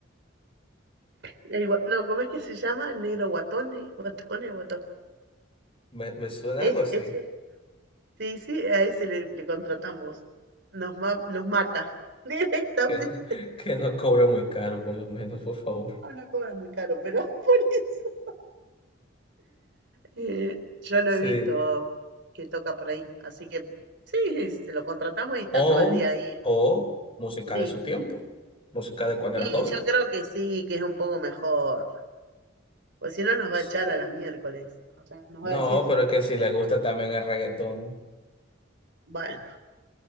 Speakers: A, on the right; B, on the left.
A: el gua- no, ¿cómo es que se llama? El negro guatón, ¿eh? Guatón, el guatón.
B: me, me suena
A: Es,
B: algo así,
A: ese, sí, sí, a ese le, le contratamos. Nos, ma- nos mata <laughs> directamente.
B: que, <laughs> que no cobra muy caro, por lo menos, por favor.
A: Ah, no cobra muy caro, pero <laughs> por eso. Eh, yo lo
B: Sí,
A: he visto que toca por ahí, así que sí, se lo contratamos y está
B: o,
A: todo el día ahí.
B: o música
A: Sí,
B: de su tiempo, música de cuando
A: y
B: era joven.
A: yo creo que sí, que es un poco mejor, pues si no nos va a echar
B: Sí.
A: a la miércoles, o sea, nos
B: No,
A: va a decir,
B: pero es que si le gusta también el reggaetón,
A: bueno,